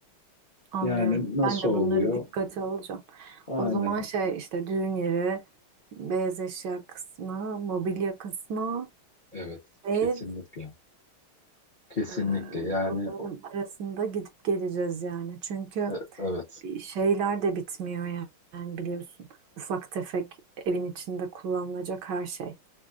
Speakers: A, on the right; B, on the left.
A: Anlıyorum.
B: Yani nasıl
A: Ben de
B: oluyor?
A: bunları dikkate alacağım.
B: Aynen.
A: O zaman şey işte düğün yeri, beyaz eşya kısmı, mobilya kısmı,
B: Evet,
A: ev
B: kesinlikle. Kesinlikle
A: e,
B: yani
A: bunların arasında gidip geleceğiz yani. Çünkü
B: e, evet.
A: bir şeyler de bitmiyor yani, yani biliyorsun. Ufak tefek evin içinde kullanılacak her şey.